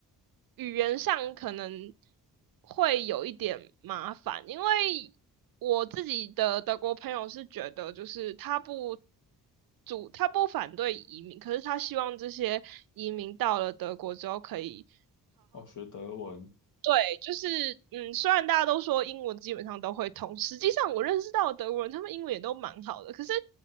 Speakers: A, on the right (about 80°); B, on the left (about 60°).
A: 语言上可能会有一点麻烦，因为我自己的德国朋友是觉得，就是他不主，他不反对移民，可是他希望这些移民到了德国之后可以。
B: 学德文，
A: 对，就是嗯，虽然大家都说英文基本上都会通，实际上我认识到的德国人，他们英文也都蛮好的。可是